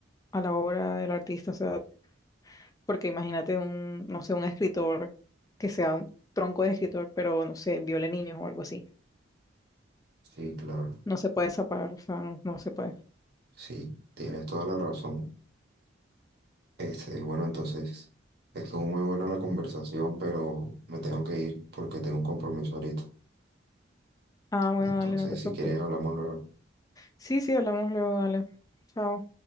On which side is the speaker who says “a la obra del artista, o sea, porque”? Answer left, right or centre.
Left